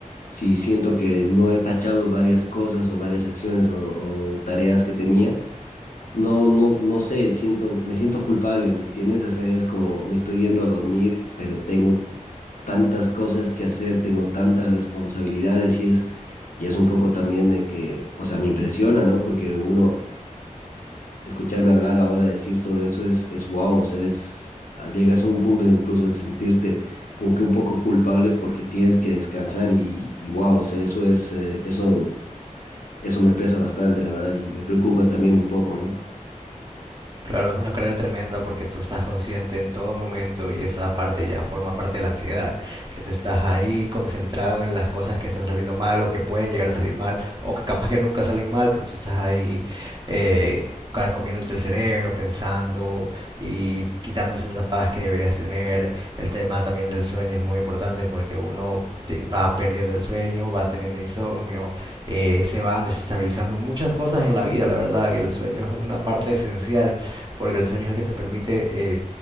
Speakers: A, on the left (about 85°); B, on the right (about 35°).
A: si siento que no he tachado varias cosas o varias acciones o, o tareas que tenía, no, no, no sé, siento, me siento culpable, ¿me entiendes? O sea, es como me estoy yendo a dormir, pero tengo tantas cosas que hacer, tengo tantas responsabilidades y es, y es un poco también de que, o sea, me impresiona, ¿no? Porque uno, escucharme hablar ahora, decir todo eso es, es wow, o sea, es, ah, llegas a un punto incluso de sentirte como que un poco culpable porque tienes que descansar y, y wow, o sea, eso es, eh, eso eso me pesa bastante, la verdad, y me preocupa también un poco, ¿no?
B: Claro, es una carga tremenda porque tú estás consciente en todo momento y esa parte ya forma parte de la ansiedad, que te estás ahí concentrado en las cosas que están saliendo mal o que pueden llegar a salir mal o que capaz que nunca salen mal, pero tú estás ahí eh, carcomiéndote el cerebro, pensando y quitándose esa paz que deberías tener. El tema también del sueño es muy importante porque uno de- va perdiendo el sueño, va teniendo insomnio, eh, se van desestabilizando muchas cosas en la vida, la verdad que el sueño es una parte esencial porque el sueño es el que te permite eh,